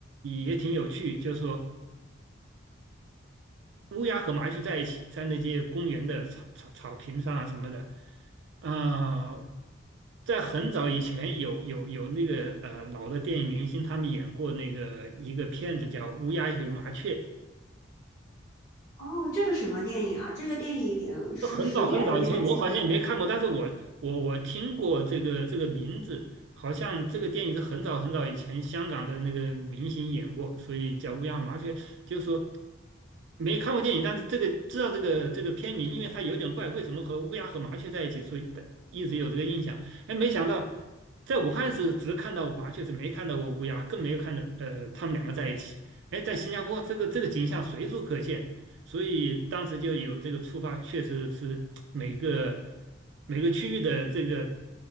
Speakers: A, on the right; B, on the left.
A: 也挺有趣，就是说乌鸦和麻雀在一起，在那些公园的草草草坪上啊什么的，啊、在很早以前有有有那个呃老的电影明星他们演过那个一个片子叫《乌鸦与麻雀》。
B: 哦，这是什么电影啊？这个电影是谁演的？
A: 很早很早以前，
B: 你还记得吗？
A: 我好像也没看过，但是我我我听过这个这个名字，好像这个电影是很早很早以前香港的那个明星演过，所以叫《乌鸦麻雀》，就是说没看过电影，但是这个知道这个这个片名，因为它有点怪，为什么和乌鸦和麻雀在一起，所以一直有这个印象。哎，没想到在武汉是只看到麻雀，是没看到过乌鸦，更没有看到呃他们两个在一起。哎，在新加坡这个这个景象随处可见。所以当时就有这个出发，确实是每个每个区域的这个